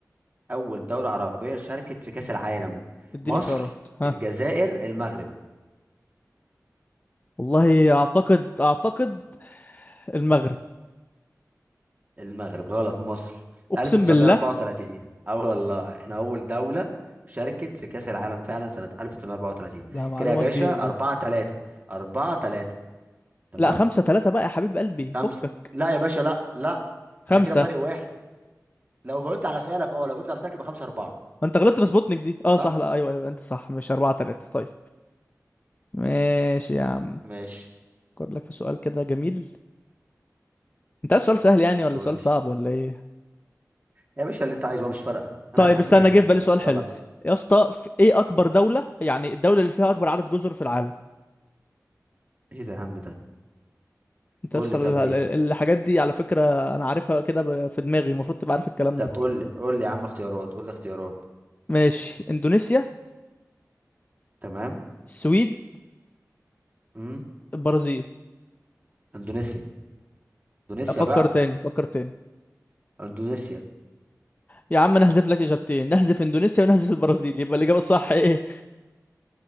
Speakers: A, on the right; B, on the left.
A: اول دوله عربيه شاركت في كاس العالم
B: اديني
A: مصر
B: خيارات ها
A: الجزائر المغرب
B: والله اعتقد اعتقد المغرب
A: المغرب غلط مصر
B: اقسم
A: 1934
B: بالله
A: اه والله احنا اول دوله شاركت في كاس العالم فعلا سنه 1934
B: ده معلومه
A: كده يا باشا
B: جديده دي
A: 4 3 4 3 تمام
B: لا خمسة ثلاثة بقى يا حبيب قلبي فكك
A: خمسة لا يا باشا لا لا
B: خمسة
A: انا كده فرق واحد لو جاوبت على سؤالك اه لو جاوبت على سؤالك يبقى خمسة أربعة
B: ما انت غلطت في سبوتنيك دي اه
A: صح
B: صح لا ايوه ايوه انت صح مش أربعة ثلاثة طيب ماشي يا عم
A: ماشي
B: افكر لك في سؤال كده جميل انت عايز سؤال سهل يعني ولا
A: قول
B: سؤال
A: لي
B: صعب ولا ايه
A: يا باشا اللي انت عايزه بقى مش فارقة انا
B: طيب
A: هكسب
B: استنى
A: في الاخر
B: جه في بالي
A: ان
B: سؤال
A: شاء
B: حلو
A: الله هكسب
B: يا اسطى في ايه اكبر دولة يعني الدولة اللي فيها اكبر عدد جزر في العالم
A: ايه ده يا عم ده
B: انت
A: قول
B: بس
A: لي
B: ال-
A: طب
B: ال-
A: ايه
B: الحاجات دي على فكرة انا عارفها كده ب- في دماغي المفروض تبقى عارف الكلام
A: طب
B: ده
A: قول لي قول لي يا عم اختيارات قول لي اختيارات
B: ماشي اندونيسيا
A: تمام
B: السويد
A: امم
B: البرازيل
A: اندونيسيا اندونيسيا
B: افكر
A: بقى
B: تاني فكر تاني
A: اندونيسيا
B: يا عم نحذف لك اجابتين نحذف اندونيسيا ونحذف البرازيل يبقى الاجابة الصح ايه